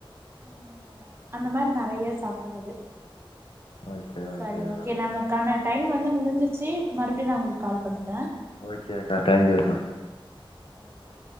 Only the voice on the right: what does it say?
ம் அந்தமாரி நெறைய சாப்பறது
சரி
ஓகே நமக்கான டைம் வந்து முடிஞ்சிர்ச்சு மறுபடியும் நா உங்குள்க் கால் பண்ற
தேங்க் யூ